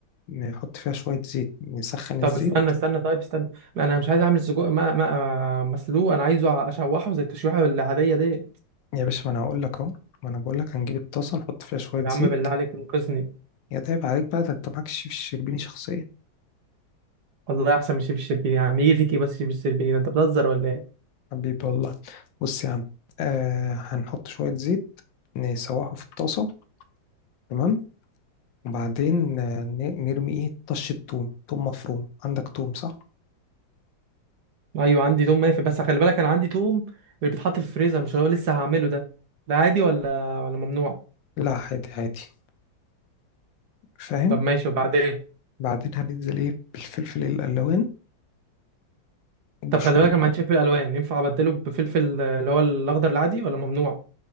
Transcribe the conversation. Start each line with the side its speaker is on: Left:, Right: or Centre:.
Left: نحط فيها شوية زيت نسخن الزيت
Right: طب استنى استنى طيب استنى لا، انا مش عايز اعمل السجق ما ما مسلوق انا عايزه اشوحه زي التشويحه العاديه دي
Left: يا باشا ما أنا هقول لك أهو ما أنا بقول لك هنجيب الطاسة نحط فيها شوية
Right: طب يا
Left: زيت
Right: عم بالله عليك انقذني
Left: يا ده عيب عليك بقى ده انت معاك شيف الشربيني شخصيا
Right: والله احسن من شيف الشربيني يا عم يجي فيك ايه بس شيف الشربيني ده انت بتهزر ولا ايه
Left: حبيبي والله بص يا عم آه هنحط شوية زيت نسوحه في الطاسة تمام وبعدين آه، ن- نرمي ايه طشة توم توم مفروم عندك توم صح؟
Right: ايوه عندي توم مافي بس خلي بالك انا عندي توم اللي بيتحط في الفريزر مش اللي هو لسه هعمله ده ده عادي ولا ولا ممنوع
Left: لا عادي عادي فاهم
Right: طب ماشي وبعدين ايه؟
Left: بعدين هننزل ايه بالفلفل الألوان وبشوية
Right: طب خلي بالك انا ما عنديش فلفل الوان ينفع ابدله بفلفل آه، اللي هو الاخضر العادي ولا ممنوع